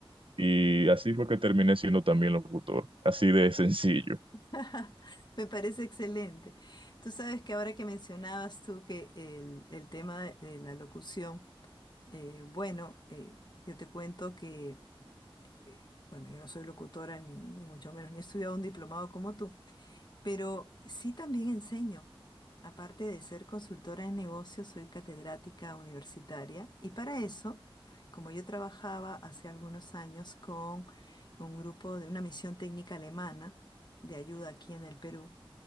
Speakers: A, on the right (about 65°); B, on the left (about 50°).
A: Y así fue que terminé siendo también locutor. Así de sencillo.
B: <laughs> Me parece excelente. Tú sabes que ahora que mencionabas tú que el, el tema de de la locución, eh, bueno, eh, yo te cuento que, eh, bueno, yo no soy locutora ni, ni mucho menos, ni he estudiado un diplomado como tú, pero sí también enseño. Aparte de ser consultora de negocios, soy catedrática universitaria y para eso, como yo trabajaba hace algunos años con un grupo de una misión técnica alemana de ayuda aquí en el Perú,